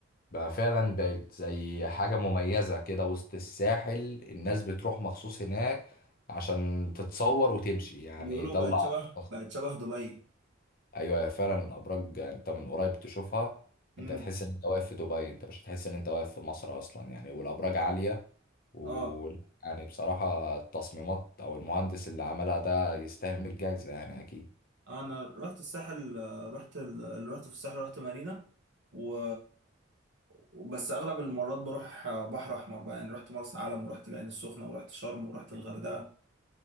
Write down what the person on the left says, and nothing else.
بقى فعلا بقت زي حاجه مميزه كده وسط الساحل الناس بتروح مخصوص هناك عشان تتصور وتمشي يعني
ده
اللي اعرفه
ايوه هي فعلا الابراج انت من قريب تشوفها
انت تحس ان انت واقف في دبي انت مش هتحس ان انت واقف في مصر اصلا يعني والابراج عاليه و
يعني بصراحة التصميمات أو المهندس اللي عملها ده يستاهل 100 جايزة يعني أكيد